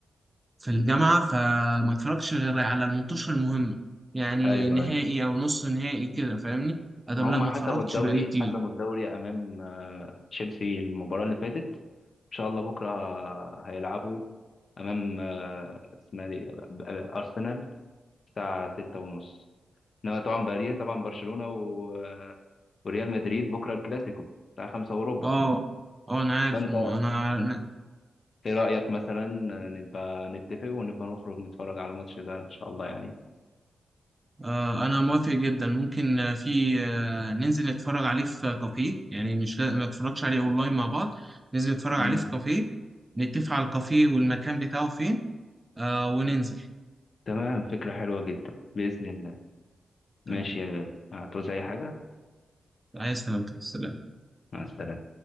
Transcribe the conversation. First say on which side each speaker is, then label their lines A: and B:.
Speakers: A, on the right (about 25°); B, on the left (about 60°).
A: في الجامعه فما اتفرجش غير على الماتش المهمه يعني
B: ايوه
A: نهائي
B: ايوه
A: او نص نهائي كده فاهمني ادم
B: هم
A: لا ما
B: حسموا
A: اتفرجتش
B: الدوري
A: بقالي كتير
B: حسموا الدوري امام آه، تشيلسي المباراه اللي فاتت ان شاء الله بكره هيلعبوا امام آه، اسمها دي آه، آه، ارسنال الساعه 6 ونص انما طبعا باريس طبعا برشلونه و... آه، وريال مدريد بكره الكلاسيكو الساعه 5 وربع
A: اه اه انا عارف
B: فانت
A: الم- انا ع-
B: ايه رأيك مثلا نبقى نتفق ونبقى نخرج نتفرج على الماتش ده ان شاء الله يعني
A: آه انا موافق جدا ممكن آه، في آه ننزل نتفرج عليه في كافيه يعني مش لا- ما اتفرجش عليه اونلاين مع بعض ننزل نتفرج
B: مم.
A: عليه في كافيه نتفق على الكافيه والمكان بتاعه فين آه وننزل
B: تمام فكرة حلوة جدا بإذن الله ماشي
A: تمام
B: يا غالي هتعوز اي حاجة
A: عايز سلامتك سلام
B: مع السلامة